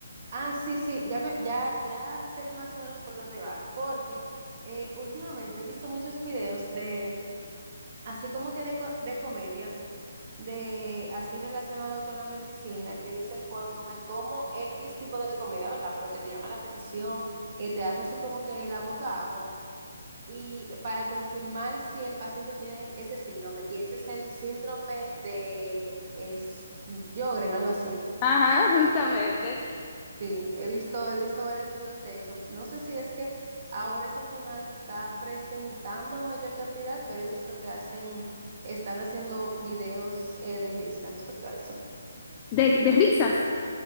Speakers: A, on the right; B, on the left.
A: Ah, sí, sí, ya, me, ya, ya sé más o menos por dónde va, porque eh, últimamente he visto muchos videos de, así como que de, co- de comedia, de así relacionado con la medicina, que dicen cuando me como X tipo de comida, ¿verdad? Pero que te llama la atención, que te hace así como que la boca agua, y para confirmar si el paciente tiene ese síndrome, y ese es el síndrome de es, Sjögren, algo así.
B: Ajá, justamente.
A: Sí, he visto, he visto varios videos de eso. No sé si es que ahora esa enfermedad se está presentando en mayor cantidad, pero he visto que hacen, están haciendo videos eh, de risa respecto a eso.
B: De, de risas.